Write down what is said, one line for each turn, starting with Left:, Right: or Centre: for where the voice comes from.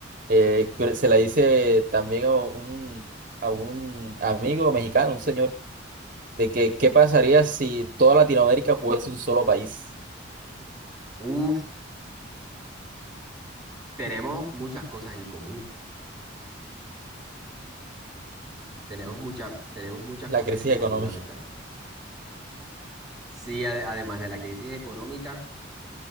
Right: eh, que se la hice también a un, a un amigo mexicano, un señor, de que qué pasaría si toda Latinoamérica fuese un solo país.
Centre: Uf, tenemos muchas cosas en común. Tenemos mucha, tenemos muchas
Right: La
Centre: cosas
Right: crisis
Centre: en común,
Right: económica.
Centre: la verdad. Sí, ade- además de la crisis económica,